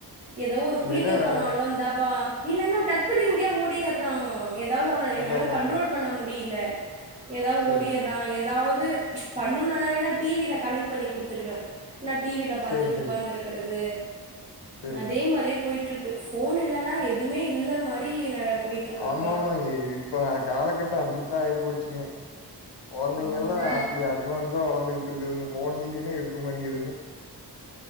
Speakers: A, on the right; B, on the left.
A: ஏதோ ஒரு
B: இல்லைன்னா
A: குளிக்க போனாலு
B: வேற
A: இந்தாப்பா இல்லன்னா டக்குனு இங்கயே ஓடிடுயறா எத எதாவது அவன
B: அதான்
A: என்னால்
B: அதாங்க.
A: கண்ட்ரோல் பண்ண முடியல ஏதோ
B: சரிங்க.
A: ஒடியரா ஏதாவது பண்ணு நன்னாவேன டி வியில கனெக்ட் பண்ணி குடுத்துடுவே ந டி வில பார்த்துட்டு
B: சரி, சரிங்க.
A: உட்காந்துரு க்கிறது
B: சரிங்க.
A: அதே மாரியே போயிட்டு இருக்கு போன் இல்லன்னா எதுவுமே இல்ல மாரி நட போயிட்ருக்குப்பா
B: ஆமாமா இப்ப காலகட்டம் அப்டித்தா ஆகிப்போச்சுங்க கெழந்தைங்க
A: ஆமா
B: எல்லா அப்டி அட்வான்ஸா வளர்ந்துகிட்டு இருக்குதுங்க போன் இல்லன்ன இருக்க மடேங்குதுங்க